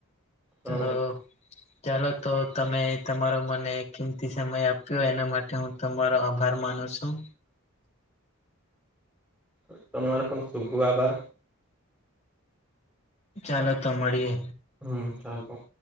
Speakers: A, on the left (about 30°); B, in the centre.
A: તો
B: હમ
A: ચાલો તો તમે તમારો મને કિંમતી સમય આપ્યો એના માટે હું તમારો આભાર માનું છું
B: સોર પણણ શુભ આભાર
A: ચાલો તો મળીએ
B: હમ ચાલતોો